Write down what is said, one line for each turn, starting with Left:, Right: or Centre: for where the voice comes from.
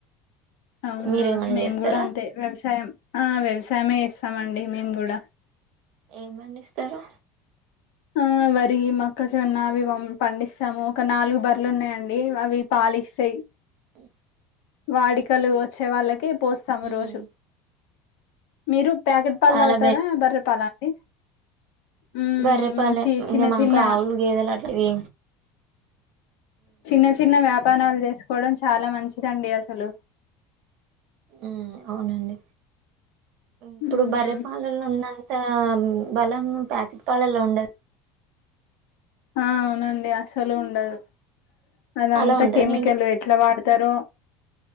Left: అవునా
Right: మీరేమైనా
Left: మేము
Right: చేస్తారా
Left: గూడా అంతే వ్యవసాయం ఆ వ్యవసాయే వస్తామండి మేము గూడా
Right: ఏమ్ పండిస్తారు
Left: ఆ వరి మొక్కజొన్న అవి పండిస్తాము ఒక నాలుగు బర్రలు ఉన్నాయంండి అవి పాలిస్తాయి
Right: అ
Left: వాడికలు వచ్చే వాళ్ళకి పోస్తాము
Right: మ్మ్
Left: రోజు మీరు ప్యాకెట్ పాలు
Right: చాలా
Left: తావుతారా బర్రె పాల అండి ఉమ్
Right: బర్రె పాల
Left: మంచి చిన్న
Right: ఇంకా మాకు
Left: చిన్న
Right: ఆవులు గేదలా త్రి
Left: చిన్న చిన్న వ్యాపారాలు జేసుకోవడం చాలా మంచి ండిఅ సలు
Right: ఊ అవునండి ఇప్పుడు
Left: ఉమ్
Right: బర్రెపాలలో ఉన్నంత బలం ప్యాకెట్ పాలల్లో ఉండదు
Left: ఆ అవునండి అసలు ఉండదు అదంతా
Right: అలా ఉంటది
Left: కెమికల్
Right: నేను
Left: ఎట్లా వాడతారో